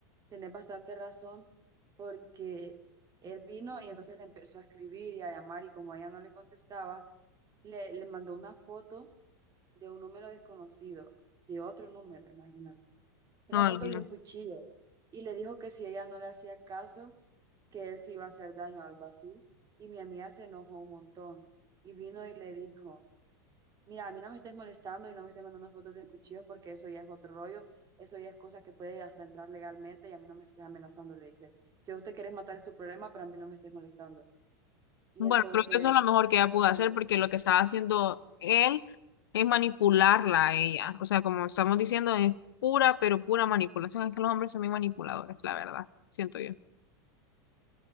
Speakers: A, on the right; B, on the left.
A: tenés bastante razón porque él vino y entonces le empezó a escribir y a llamar y como ella no le contestaba, le, le mandó una foto de un número desconocido, de otro número, imagínate. Una
B: No,
A: foto
B: no. no.
A: de un cuchillo y le dijo que si ella no le hacía caso, que él se iba a hacer daño, algo así. Y mi amiga se enojó un montón y vino y le dijo, mira, a mí no me estés molestando y no me estés mandando fotos de cuchillos porque eso ya es otro rollo, eso ya es cosa que puede hasta entrar legalmente y a mí no me estés amenazando, le dice. Si usted quiere matar es tu problema, pero a mí no me estés molestando. Y
B: Bueno,
A: entonces...
B: creo que eso es lo mejor que ella
A: Horrible.
B: pudo hacer porque
A: tío.
B: lo que estaba haciendo él es manipularla a ella. O sea, como estamos diciendo, es pura, pero pura manipulación. Es que los hombres son muy manipuladores, la verdad, siento yo.